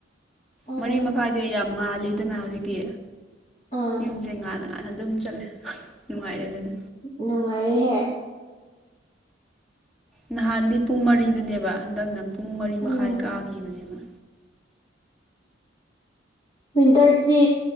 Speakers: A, on the left; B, in the centre.
A: ꯑꯣ
B: ꯃꯔꯤ ꯃꯈꯥꯏꯗꯤ ꯌꯥꯝ ꯉꯥꯜꯂꯤꯗꯅ ꯍꯧꯖꯤꯛꯇꯤ
A: ꯑꯥ
B: ꯌꯨꯝꯁꯦꯒꯥꯗꯉ ꯑꯗꯨ ꯑꯗꯨꯝ ꯆꯠꯂꯦ ꯅꯨꯡꯉꯥꯏꯔꯦ ꯑꯗꯨꯅ
A: ꯅꯨꯡꯉꯥꯏꯔꯦꯍꯦ
B: ꯅꯍꯥꯟꯗꯤ ꯄꯨꯡ ꯃꯔꯤꯗꯅꯦꯕ ꯍꯟꯗꯛꯅ ꯄꯨꯡ ꯃꯔꯤ
A: ꯎꯝ
B: ꯃꯈꯥꯏ ꯀꯥꯈꯤꯕꯅꯦꯕ
A: ꯋꯤꯟꯇꯔꯁꯤ